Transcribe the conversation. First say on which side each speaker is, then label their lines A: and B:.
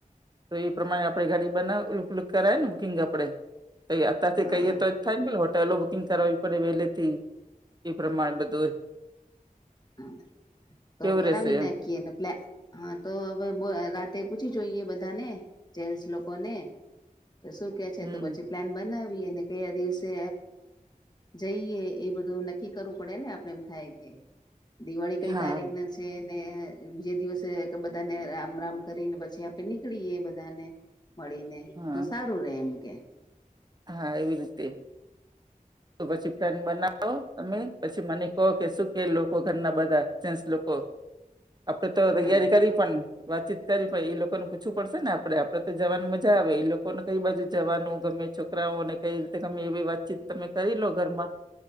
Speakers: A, on the right (about 30°); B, on the left (about 30°).
A: તો એ પ્રમાણે આપણે ઘડી બનાલુકલુક કરાય ને બુકિંગ આપડે તો અતથી
B: હા
A: કહીએ
B: હા
A: તો થાય ને પે હોટેલો બુકિંગ કરાવવી પડે વહેલેથી એ પ્રમાણે બધું
B: હ તોો
A: કેવું
B: કરરા
A: રેશે
B: ભનાખીને
A: એમ
B: પ્લા હા તો હવે રાતે પૂછી જોઈએ બધાને જેન્ટસ લોકોને તો શું કે છે
A: હમ
B: તો પછી પ્લાન બનાવીને કયા દિવસે જઈએ એ બધું નક્કી કરવું પડે ને આપડે એમ થાય કે દિવાળી કઈ
A: હા
B: તારીખને છે ને બીજ દિવસે બધાને રામ રામ કરીને પછી આપે નીકળી બધાને મળીને
A: હા
B: તો સારું રે એમ કે
A: હા એવી રીતે તો પછી ફેન બનાવો તમે પછી મને ઓકે સુું કે લોકો ઘરના બધા સેસ લોકો આપડે તો તૈયારી
B: હમ
A: કરી પણને વાતચીત કરી પણ એ લોકો ને પૂછવું પડશે ને આપડે આપડે તો જવાની મજા આવે એ લોકોને કઈ બાજુ જવાનું ગમે છ છોકરાને કઈ રીતે તમે એવી વાતચીત તમે કરી લો ઘરમાં